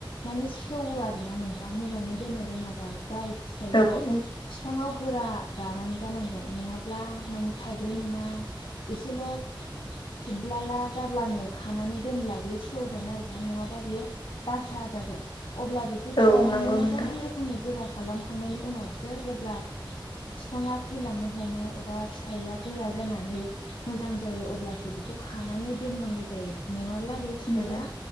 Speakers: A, on the left (about 85°); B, on the left (about 65°).
A: माने सेवो आरो ना नोंथां मोजाङै दोननो रोङाबा जाय फिथाइया
B: औ
A: बिफाङाव गोरा रानां जानांगोन नङाब्ला माने थाइग्रोम मोना इसेल' खुरब्लाला जाब्लानो खानानै दोनब्ला बे सेवगोन आरोोना नङाबा बेयो बासा जागोन अब्ला बेखौ बिफाङावनो
B: औ नंगौ
A: मोजां
B: नोंथां
A: रोखोम खोमै गोरा खालामखांनायनि उनावसो जेब्ला बिफाङा थैलांनो हमो अबबा फिथाइया गोरा जानानै मोजां जायो अब्लासो बेखौ खानानै दोननांगौ जायो नङाब्ला बे फिथाइआ
B: उम